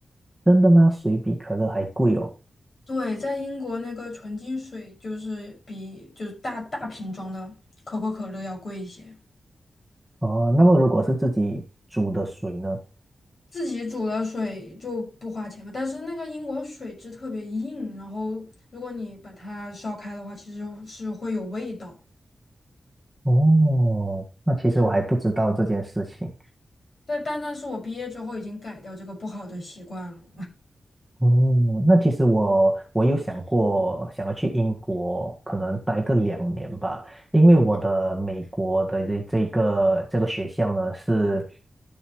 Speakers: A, in the centre; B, on the left.
A: 真的吗？水比可乐还贵哦。
B: <laughs> 对，在英国那个纯净水就是比就是大大瓶装的可口可乐要贵一些。
A: 哦，那么如果是自己煮的水呢？
B: 自己煮了水就不花钱吧，但是那个英国水质特别硬，然后如果你把它烧开的话，其实是会有味道。
A: 哦，那其实我还不知道这件事情。
B: 但但但是我毕业之后已经改掉这个不好的习惯了。
A: 哦，那其实我我有想过想要去英国，可能待个两年吧，因为我的美国的这这个这个学校呢是，